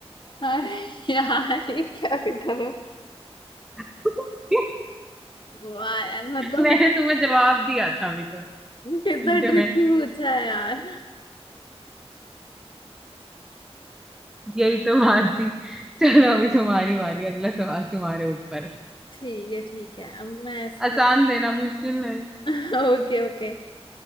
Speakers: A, on the left; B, in the centre.
A: अरे यार ये क्या रिटर्न है?
B: <laughs>
A: वाह यार मतलब
B: मैंने तुम्हें जवाब दिया था अभी तो हिंट
A: कितना ट्रिकी
B: में
A: पूछा है यार
B: यही तो बात थी चलो अभी तुम्हारी बारी अगला सवाल तुम्हारे ऊपर
A: ठीक है ठीक है अब मैं ऐसा
B: आसान देना मुश्किल नहीं
A: <laughs> Okay okay